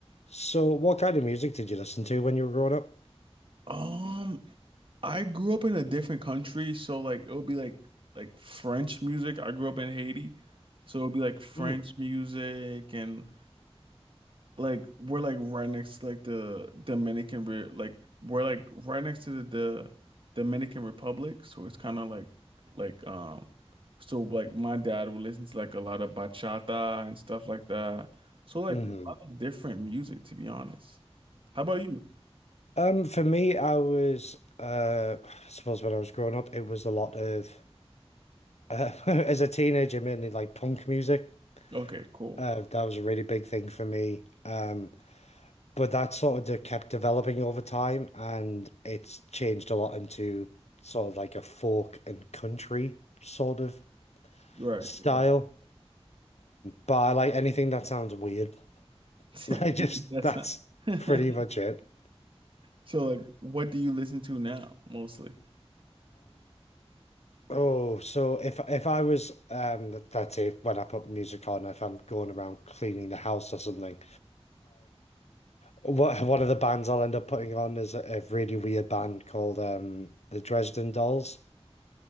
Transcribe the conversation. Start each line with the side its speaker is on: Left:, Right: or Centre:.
Left: So, what kind of music did you listen to when you were growing up?
Right: Um, I grew up in a different country, so like it would be like like French music. I grew up in Haiti, so it would be like French
Left: Mm.
Right: music and like we're like right next to like the Dominican Re like we're like right next to the, the Dominican Republic, so it's kind of like like um so like my dad would listen to like a lot of bachata and stuff like that. So like
Left: hmm
Right: a lot of different music to be honest. How about you?
Left: Um, for me, I was, uh, I suppose when I was growing up, it was a lot of, uh, <laughs> as a teenager, mainly like punk music.
Right: Okay, cool.
Left: Uh, that was a really big thing for me. Um, but that sort of de kept developing over time, and it's changed a lot into sort of like a folk and country sort of
Right: Right,
Left: style.
Right: right.
Left: But I like anything that sounds weird. <laughs>
Right: <laughs>
Left: Like just
Right: That's
Left: that's
Right: not... <laughs>
Left: pretty much it.
Right: So like what do you listen to now mostly?
Left: Oh, so if if I was um that's it when I put music on, if I'm going around cleaning the house or something, what one of the bands I'll end up putting on is a, a really weird band called um the Dresden Dolls